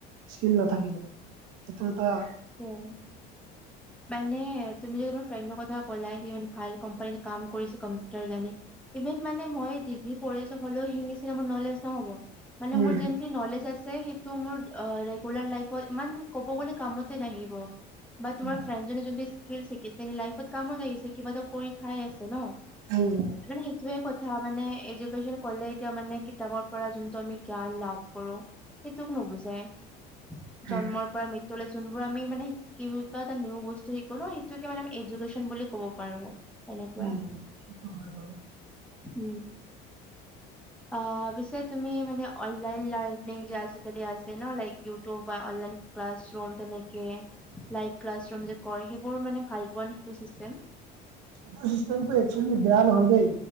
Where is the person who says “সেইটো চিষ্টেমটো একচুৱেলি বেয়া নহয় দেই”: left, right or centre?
Right